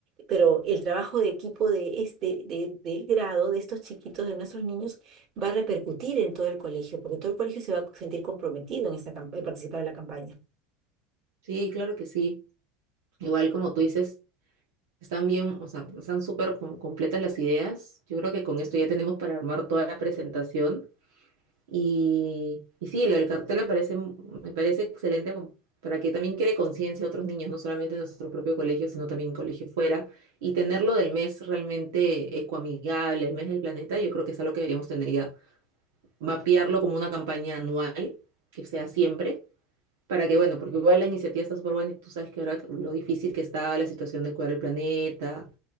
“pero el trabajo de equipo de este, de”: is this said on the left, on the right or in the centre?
Right